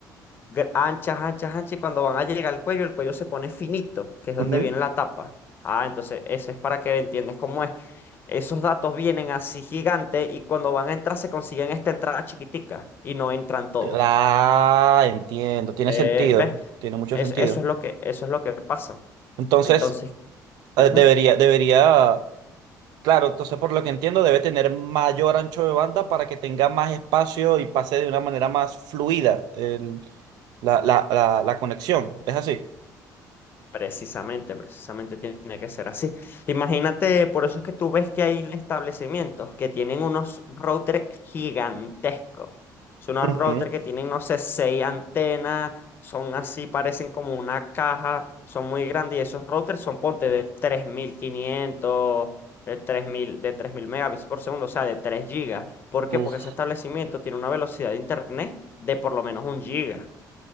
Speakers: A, on the left; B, on the right.
A: gr- anchas, anchas, anchas, y cuando van a llegar al cuello, el cuello se pone finito, que es donde
B: Ujú.
A: viene la tapa. Ah, entonces eso es para que entiendas cómo es. Esos datos vienen así gigantes y cuando van a entrar se consiguen esta entrada chiquitica y no entran todos.
B: Ah, entiendo. Tiene
A: Eh,
B: sentido.
A: ¿ves?
B: Tiene mucho
A: Eso,
B: sentido.
A: eso es lo que, eso es lo que pasa.
B: Entonces,
A: Entonces,
B: eh,
A: ujú.
B: debería, debería, claro, entonces por lo que entiendo, debe tener mayor ancho de banda para que tenga más espacio y pase de una manera más fluida el- la, la, la, la conexión. ¿Es así?
A: Precisamente, precisamente tiene que ser así. Imagínate, por eso es que tú ves que hay establecimientos que tienen unos routers gigantescos. Son unos
B: Ujú.
A: routers que tienen, no sé, seis antenas, son así, parecen como una caja, son muy grandes y esos routers son, ponte, de 3.500, de tres mil, de tres mil megabits por segundo, o sea, de 3 gigas. ¿Por qué?
B: Uf,
A: Porque ese establecimiento tiene una velocidad de internet de por lo menos un giga,